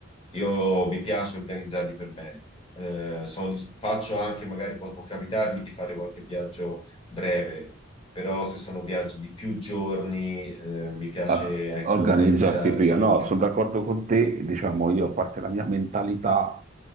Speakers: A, on the left (about 25°); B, on the right (about 35°).
A: io mi piace organizzarli per bene. Eh, sono dis- faccio anche, magari può, può capitarmi di fare qualche viaggio breve, però se sono viaggi di più giorni, eh, mi piace
B: a
A: ecco,
B: organizzarti
A: organizzarli.
B: prima. No,
A: Ok.
B: sono d'accordo con te, diciamo io, a parte la mia mentalità